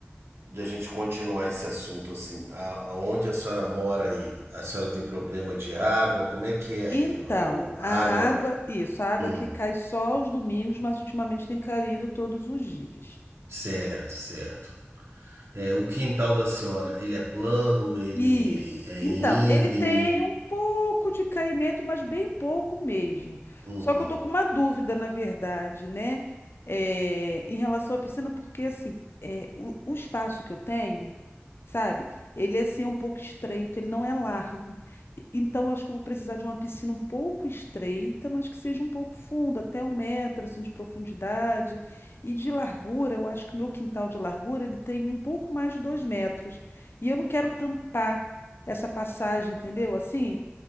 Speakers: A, on the right; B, on the left.
A: de a gente continuar esse assunto, assim, a, onde a senhora mora aí? A senhora tem problema de água? Como é que é aí?
B: Então,
A: A, o-
B: a
A: a
B: água,
A: água?
B: isso, a água
A: Hum,
B: aqui cai só aos domingos, mas ultimamente tem caído todos os dias.
A: certo, certo. É, o quintal da senhora, ele é plano, ele
B: Isso.
A: é
B: Então,
A: íngreme.
B: ele tem um pouco de caimento, mas bem pouco mesmo.
A: Uhum.
B: Só que eu tô com uma dúvida, na verdade, né? É, em relação à piscina, porque assim, é, o, o espaço que eu tenho, sabe? Ele é, assim, é um pouco estreito, ele não é largo. E- Então, eu acho que eu vou precisar de uma piscina um pouco estreita, mas que seja um pouco funda, até um metro assim, de profundidade. E de largura, eu acho que o meu quintal de largura ele tem um pouco mais de dois metros. E eu não quero tampar essa passagem, entendeu? Assim,